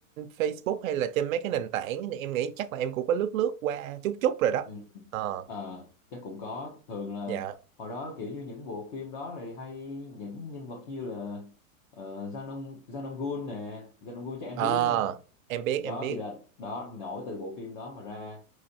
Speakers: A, on the right; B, on the left.
A: Facebook hay là trên mấy cái nền tảng thì em nghĩ chắc là em cũng có lướt lướt qua chút chút rồi đó.
B: Ừ.
A: Ờ,
B: Ờ, chắc cũng có thường là
A: dạ.
B: hồi đó kiểu như những bộ phim đó thì hay những nhân vật như là ờ, Jang Dong Jang Dong Gun nè Jang Dong Gun chắc em
A: Ờ,
B: biết đúng không
A: em biết
B: đó
A: em biết.
B: thì là đó nổi từ bộ phim đó mà ra